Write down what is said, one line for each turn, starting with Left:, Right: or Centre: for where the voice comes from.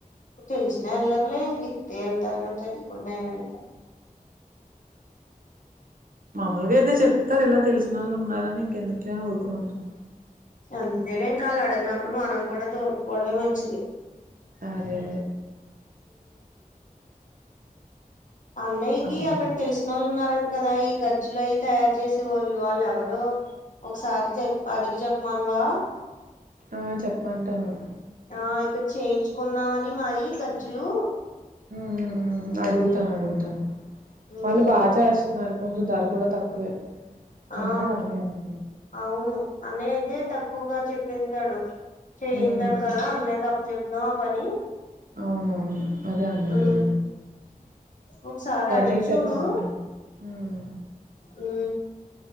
Left: తెలిసిన ఎల్లర్లే ఏంగి ఎళ్తారు కానీ కప్పు వెళ్తారు
Right: మగైతే చెప్తారు ఇలా తెలిసినోళ్ళు ఉన్నారని ఇంకెందుకులే అని ఊరుకుని ఉంటారు
Left: అంతేలే ఇంకా అళ్ళు అడగినప్పుడు మనం కూడా దూరకపోవడమే మంచిది
Right: అదే
Left: అన్నయ్యకిి
Right: అలా
Left: అక్కడ
Right: ఉంటది
Left: తెలిసినొళ్ళు ఉన్నారం కదా ఈ ఖచ్చులు అయి తయారు జేసేవాళ్ళు వాళ్ళ ఎవరు ఒకసారి చె అడిగి చెప్పమనవా
Right: ఆ చెప్పంటాను
Left: ఆ ఇక్కడ చేయించుకుందామని మాయి ఖర్చులు
Right: ఉ ఉ అడుగుతాను అడుగుతాను
Left: ఉమ్
Right: వాళ్ళు బాగా చేస్తున్నారు కొంచెం ధర కూడా తక్కువే
Left: ఆ
Right: అన్నాడు అన్న అలా
Left: అవును అన్నయ్య అయితే తక్కువగా చెప్పింటాడు చేయింటాడు
Right: ఉమ్
Left: కదా అన్న కప్ప చెప్దాం ఆ పని
Right: అవునవును అదే అన్నాడు
Left: ఉ ఒకసారి అడిగి
Right: నీకు
Left: చూడు
Right: చెప్పమంటా ఉమ్
Left: ఊ